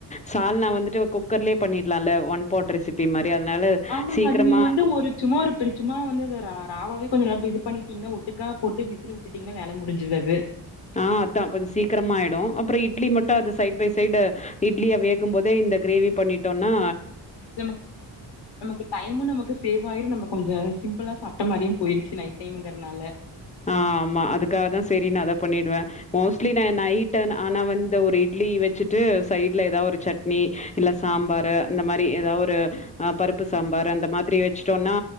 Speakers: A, on the left; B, on the left.
A: சால்னா வந்துட்டு குக்கர்லயே பண்ணிடலால்ல ஒன் போர்த் ரெசிபி மாரி அதனால
B: ஆமாங்க
A: சீக்கிரமா
B: அது நீங்க வந்து ஒரு சும்மா ஒரு பிரி சும்மா வந்து ரா ராவாவே கொஞ்சோ நல்லா பே பண்ணிட்டீங்கன்னா ஒட்டுக்கா போட்டு விசில் விட்டுட்டீங்கன்னா வேல முடிஞ்சது அது
A: ஆஹ் அதா கொஞ்சோ சீக்கிரமாயிடும் அப்ரோ இட்லி மட்டும் அது சைட் பை சைடு இட்லிய வேகும் போதே இந்த கிரேவி பண்ணிட்டோனா
B: நம நமக்கு டைமும் நமக்கு சேவ் ஆயிரும் நம்ம கொஞ்சம் சிம்பிளா சாப்பிட்ட மாதிரியும் போயிருச்சு நைட் டைம்ங்கிறதுனால
A: ஆஹ் ஆமா அதுக்காக தான் சரி நான் அதை பண்ணிடுவேன் மோஸ்ட்லி நான் நைட் ஆனா வந்து ஒரு இட்லி வச்சுட்டு சைட்ல ஏதாவது ஒரு சட்னி இல்ல சாம்பார் அந்த மாரி ஏதாவது ஒரு ஆஹ் பருப்பு சாம்பார் அந்த மாதிரி வச்சுட்டோம்னா